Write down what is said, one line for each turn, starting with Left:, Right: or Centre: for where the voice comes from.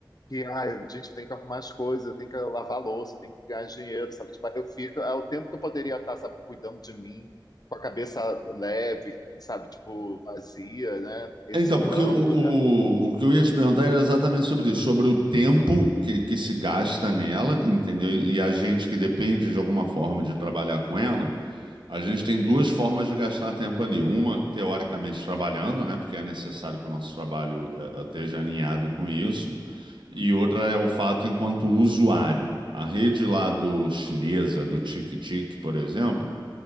Left: que, ai, gente, eu tenho que arrumar as coisas, eu tenho que lavar a louça, eu tenho que ganhar dinheiro, sabe? Tipo, aí eu fico, é o tempo que eu poderia estar, sabe, cuidando de mim, com a cabeça leve, sabe, tipo, vazia, né? Reciclando,
Right: Então, porque o, o,
Left: né?
Right: o que eu ia te perguntar era exatamente sobre isso, sobre o tempo que, que se gasta nela, entendeu? E a gente que depende de alguma forma de trabalhar com ela, a gente tem duas formas de gastar tempo ali. Uma, teoricamente, trabalhando, né? Porque é necessário que o nosso trabalho eh, esteja alinhado com isso. E outra é o fato enquanto usuário. A rede lá do chinesa, do Tic-Tic, por exemplo,